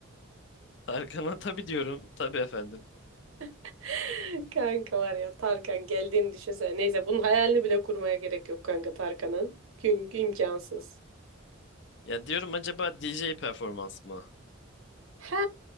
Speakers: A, on the left (about 55°); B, on the right (about 75°).
A: <laughs> Tarkan'a tabii diyorum. Tabii efendim.
B: <laughs> Kanka var ya Tarkan geldiğini düşünsene. Neyse bunun hayalini bile kurmaya gerek yok kanka Tarkan'ın. Çünkü imkansız.
A: Ya diyorum acaba DJ performans mı?
B: Ha,